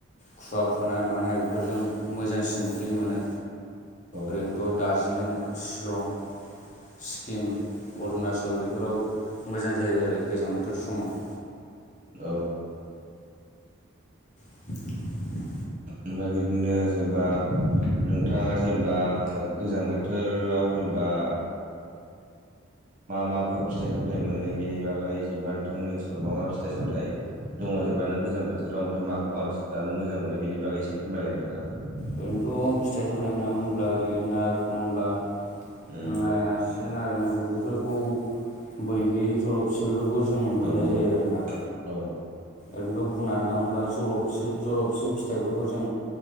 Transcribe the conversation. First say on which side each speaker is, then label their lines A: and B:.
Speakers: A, on the left; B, on the right.
A: खुवा खुनाय मानाय बेफोरजों मोजांसिन फिल मोनो
B: औ
A: ओरैनो ट' दार्जिलिं शिलं सिक्किम अरुणचल <unintelligible> बेफोराव मोजां जायो आरो गोजां बोथोर समाव
B: औ‌
A: <inaudible>
B: ओमफ्राय बिदिनो जेनेबा नोंथाङा जेनेबा गोजां बोथोराव जेनेबा मा माफोर फिथाइ सामथाइ मोनो बेनि बागै जेनेबा नोंथांमोननि ओनसोलाव मा मा फिथाइ सामथाय दङ जेनेबा नों गोजां बोथोराव ओमफ्राय माखौ बांसिन जानो मोजां मोनो बेनि बागै एसे फोरमायलाय नोंथाङा
A: ओरैनोथ' फिथाइ सामथथाय होनना बुोब्ला ओरै नारें खमला
B: उम
A: नारें आसि नारें मगं बेफोरखौ बैग्रि जलफि बेफोरखौ जों मोननाय
B: उम
A: जायो आरोना
B: औ उम
A: ओरैनोथ' बुंनानै थाङोब्ला जलफि जलफि फिथाइफोरखौ जों